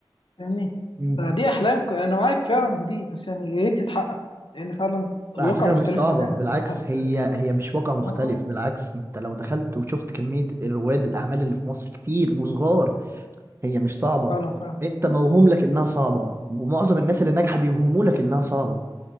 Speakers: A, on the left; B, on the right.
A: فاهمني
B: مم.
A: فدي احلام ك- انا معاك فعلا في دي بس يعني يا ريت تتحقق لان فعلا الواقع
B: على فكرة
A: مختلف
B: مش صعبة
A: تماما
B: بالعكس
A: الواحد
B: هي هي مش واقع مختلف
A: اه
B: بالعكس انت لو دخلت وشفت كمية رواد الأعمال اللي في مصر كتير وصغار هي مش صعبة
A: فعلا فعلا
B: انت موهوم لك انها صعبة ومعظم الناس اللي ناجحة بيوهموا لك انها صعبة